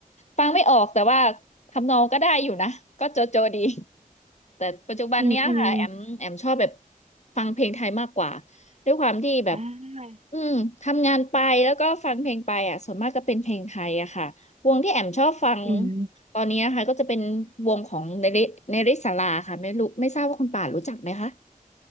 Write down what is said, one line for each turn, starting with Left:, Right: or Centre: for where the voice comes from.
Left: ฟังไม่ออกแต่ว่าทำนองก็ได้อยู่นะก็โจโจดีแต่ปัจจุบันเนี้ยค่ะแอมแอมชอบแบบ
Right: อืมอืม
Left: ฟังเพลงไทยมากกว่าด้วยความที่แบบ
Right: อ่า
Left: อืมทำงานไปแล้วก็ฟังเพลงไปอ่ะส่วนมากก็เป็นเพลงไทยอะค่ะ วงที่แอมชอบฟัง
Right: อืม
Left: ตอนนี้นะคะก็จะเป็นวงของเนริเนริศาลาค่ะไม่รู้ไม่ทราบว่าคุณป่านรู้จักไหมคะ